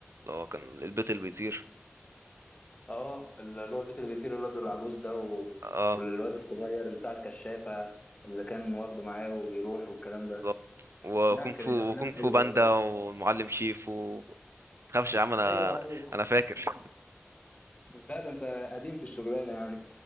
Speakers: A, on the right; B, on the left.
A: اللي هو كان البيت اللي بيطير
B: اه اللي هو البيت اللي بيطير الراجل العجوز ده و...
A: اه
B: والواد الصغير اللي بتاع الكشافة اللي كان واخده معاه وبيروح والكلام ده
A: بالظبط وكونغ
B: لا
A: فو
B: كانت افلام
A: وكونغ فو
B: حلوه
A: باندا
B: الصراحه
A: والمعلم شيفو تخافش يا عم انا
B: ايوه ايوه
A: انا فاكر
B: لا ده انت قديم في الشغلانه يعني